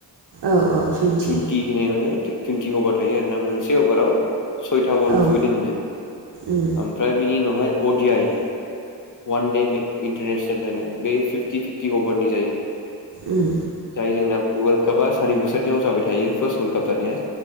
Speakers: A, on the right; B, on the left.
A: औ औ टुइन्टि
B: टुइनटि होनाय माने टुइन्टि अभार थायो आरोना मोनसे अभाराव सयथा बल
A: औ
B: खुबैनो मोनो
A: उम
B: ओमफ्राय बिनि उनावहाय अडि आइ वान दे इन्टारनेसनेल होनो। बे फिफ्टि फिफ्टि अभारनि जायो।
A: उम
B: जाय जोंना वाल कापआ सारि बोसोरनियाव जाबाय थायो फार्स्ट वाल काप जानाया